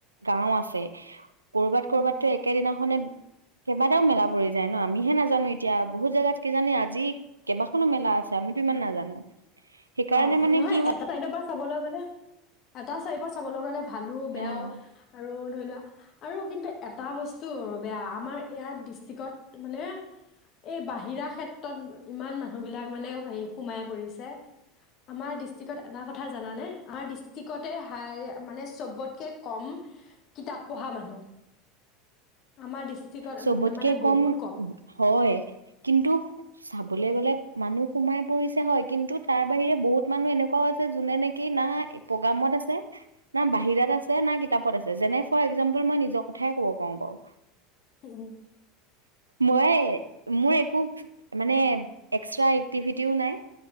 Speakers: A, on the right; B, on the left.
A: গাওঁ আছে কৰ'বাত
B: উম,
A: কৰ'বাত তো একেই দিনাখনে কেইবাটাও মেলা পৰি যায় ন আমিহে নাজানো এতিয়া বহুত জোগাত কিজানি আজি কেইবাখনো মেলা আছে আমি কিমান নাজানো সেইকাৰণে
B: অ
A: মানে
B: নহয়
A: কি হয়
B: এটা চাইডৰ পৰা চাবলৈ গ'লে, এটা চাইড পা চাবলৈ গ'লে ভালো
A: আমাৰ
B: বেয়াও
A: অ
B: আৰু ধৰি আৰু কিন্তু এটা বস্তু বেয়া আমাৰ ইয়াত ডিষ্ট্ৰিকত মানে এই বাহিৰা ক্ষেত্ৰত ইমান মানুহবিলাক মানে হে সোমাই পৰিছে আমাৰ ডিষ্ট্ৰিকত এটা কথা জানানে আমাৰ ডিষ্ট্ৰিক্টতে হা মানে চবতকে কম কিতাপ পঢ়া মানুহ আমাৰ ডিষ্ট্ৰিকত
A: চবতকে
B: মানে
A: কম
B: বহুত
A: হয়, কিন্তু চাবলৈ গ'লে মানুহ সোমাই পৰিছে হয়, কিন্তু তাৰ বাহিৰে বহুত মানুহ এনেকুৱাও আছে যোনে নেকি না প্ৰগ্ৰামত আছে, না বাহিৰাত আছে, না কিতাপত আছে, যেনে- ফৰ এক্জাম্পল মই নিজৰ কথাই ক'ব পায়োং বাও
B: উম <unintelligible>
A: মইয়ে মোৰ একো মানে এক্সট্ৰা এক্টিভিটিও নাই